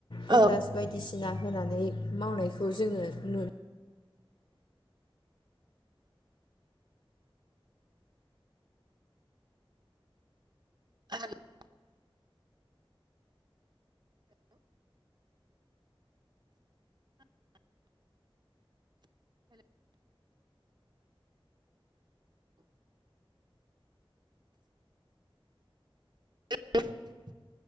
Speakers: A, on the left; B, on the right.
A: पटास
B: औ
A: बायदिसिना होनानै मावनायखौ जोङो नु
B: <unintelligible> <unintelligible>